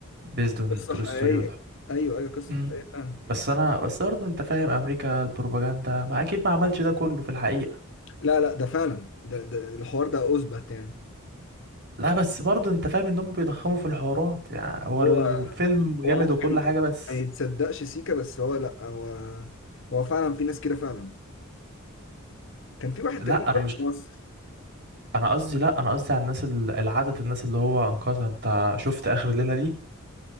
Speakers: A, on the right; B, on the left.
A: based on
B: قصه حقيقيه
A: true story والحب
B: ايوه ايوه قصه
A: مم.
B: حقيقيه فعلا
A: بس أنا بس برضه أنت فاهم أمريكا البروباجندا ما أكيد ما عملش ده كله في الحقيقة
B: لا لا ده فعلا ده, ده الحوار ده اثبت يعني
A: لا بس برضه انت فاهم ان هم بيضخموا في الحوارات يعني هو
B: هو
A: الفيلم
B: هو
A: جامد
B: ممكن
A: وكل
B: ما
A: حاجه
B: ي-
A: بس
B: ما يتصدقش سيكا بس هو لا هو هو فعلا في ناس كده فعلا كان في واحد
A: لا
B: تقريبا
A: انا
B: تاني
A: مش
B: في مصر
A: انا قصدي لا انا قصدي على الناس ال- العدد الناس اللي هو انقذها انت شفت اخر الليله دي